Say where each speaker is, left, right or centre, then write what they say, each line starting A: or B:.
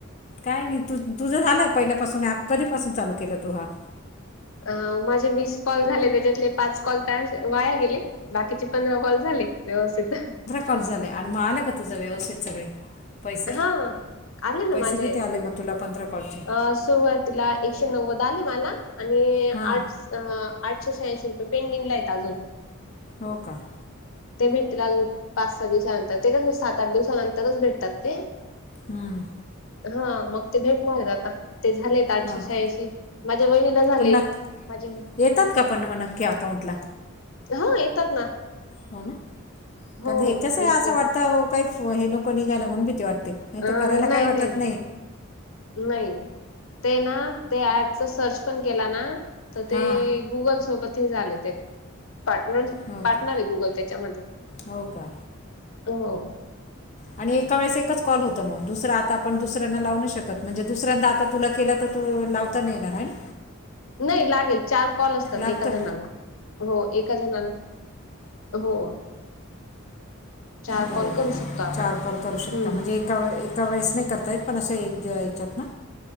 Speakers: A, on the left; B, on the left.
A: काय नाही तू तुझं झालं पहिल्यापासून ॲप कधीपासून चालू केलं तू हा.
B: अ माझे वीस कॉल झाले त्याच्यातले पाच कॉल त असे वाया गेले बाकीचे. पंधरा कॉल झाले व्यवस्थित अह.
A: पाच झाले आणि मग आले का तुझं व्यवस्थित सगळे. पैसे
B: हआले ना
A: पैसे
B: माझे.
A: किती आले मग तुला पंधरा कॉलचे.
B: अ सुरुवातीला एकशे नव्वद आले मला आणि
A: हां
B: आठस- अ आठशे शहाऐंशी रुपये पेंडिंगला आहेत अजून.
A: हो का.
B: ते भेटतील अजून पाच सहा दिवसानंतर ते कस सात आठ दिवसानंतरच भेटतात ते.
A: हम्म.
B: हा मग ते भेटणार आहेत आता ते झालेत. आठशे
A: हो का
B: शहाऐंशी माझ्या वहिणीला झाले
A: पण नक्
B: माझे.
A: येतात का पण मग नक्की अकाउंटला
B: ह येतात ना.
A: हो ना
B: हो
A: कारण हे कस असं
B: नक्की
A: वाटतं काही फो हे नको निघाला म्हणून भीती वाटते. नाही
B: अ
A: तर करायला
B: नाही
A: काही वाटत
B: नाही नाही तेना ते ऍपच सर्च- पण गेला ना तर ते
A: हां
B: गुगल सोबत ते झाले ते. पार्टनर
A: हो
B: पार्टनर
A: का
B: आहे गुगल त्याच्यामध्ये.
A: हो का.
B: हो.
A: आणि एका वेळेस एकच कॉल होतो मग दुसरं आता आपण दुसऱ्यांना लावू नाही शकत म्हणजे दुसऱ्यांदा आता? तुला केला तर तू लावता नाही येणार आहे ना.
B: नाही लागेल चार कॉल असतात
A: लागतं
B: एका जणाला हो एका जणाला- हो. चार
A: बरबर
B: कॉल करू शकतो आपण
A: चार कॉल करू शकता
B: हम्म
A: म्हणजे. कॉल एका वेळेस नाही करता येत पण असं एक याच्यात ना.